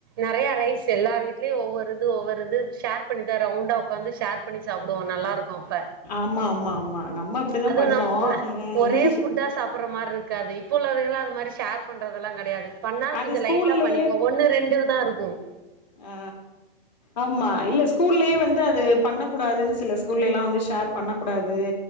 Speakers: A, on the right; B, on the left.
A: நறைய ரைஸ் எல்லார் வீட்லயு ஒவ்வொரு இது ஒவ்வொரு இது ஷேர் பண்ணிதா ரவுண்டா ஒக்காந்து ஷேர் பண்ணி சாப்புடுவோ நல்லா இருக்கோ அப்ப
B: ஆமா ஆமா ஆமா நம்ம அப்டிதா
A: அது
B: பண்ணோ
A: நம் ந
B: ம்
A: ஒரே ஃபுட்டா சாப்புடுற மாரி இருக்காது இப்போ உள்ளதுகலா அது மாரி ஷேர் பண்றதெல்லா கடையாது பண்ணா
B: அது
A: கொஞ்சோ
B: ஸ்கூல்லயே
A: லைட்டா பண்ணிக்கோ ஒண்ணு ரெண்டுதா இருக்கும்
B: ஆ ஆமா இல்ல ஸ் கூல்லயே வந்து அது பண்ண கூடாதுன்னு சில ஸ்கூல்லயெல்லா வந்து ஷேர் பண்ணக்கூடாது